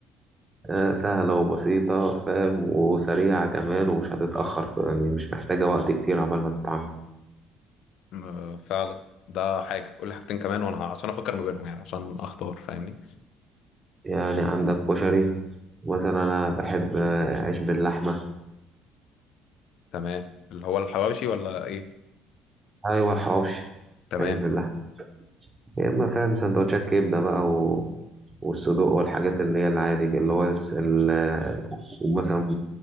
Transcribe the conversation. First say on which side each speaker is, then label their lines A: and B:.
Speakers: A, on the right (about 25°); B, on the left (about 65°).
A: آه سهلة وبسيطة فاهم وسريعة كمان ومش هتتأخر يعني مش محتاجة وقت كتير عبال ما تتعمل
B: م- فعلا ده حاجه قول لي حاجتين كمان وانا ه- عشان افكر ما بينهم يعني عشان اختار فاهمني
A: يعني عندك كشري مثلا أنا بحب آه، عيش باللحمة
B: تمام اللي هو الحواوشي ولا ايه
A: أيوة الحواوشي
B: تمام
A: عيش باللحمة يا إما فاهم سندوتشات كبدة بقى و... والصدوق والحاجات اللي هي العادي اللي هو الس- ال... آه، ومثلا